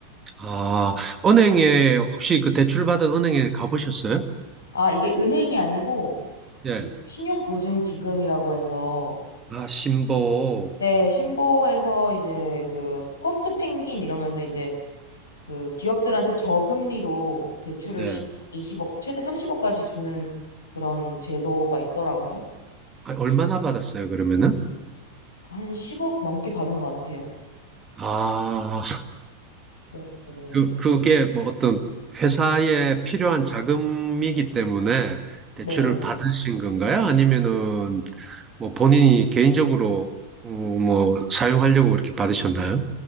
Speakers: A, on the right (about 20°); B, on the left (about 70°).
A: 아, 은행에, 혹시 그 대출받은 은행에 가보셨어요?
B: 아, 이게 은행이 아니고
A: 예.
B: 그 신용보증기금이라고 해서
A: 아, 신보.
B: 네, 신보에서 이제 그 퍼스트 펭귄 이러면서 이제 그 기업들한테 저금리로 대출을
A: 예.
B: 이십억 최대 30억까지 주는 그런 제도가 있더라고요.
A: 아, 얼마나 받았어요, 그러면은?
B: 한 10억 넘게 받은 것 같아요.
A: 아,
B: 네. 네.
A: 그, 그게 뭐 어떤 회사에 필요한 자금이기 때문에
B: 네.
A: 대출을 받으신 건가요? 아니면은 뭐 본인이 개인적으로 어, 뭐 사용하려고 그렇게 받으셨나요?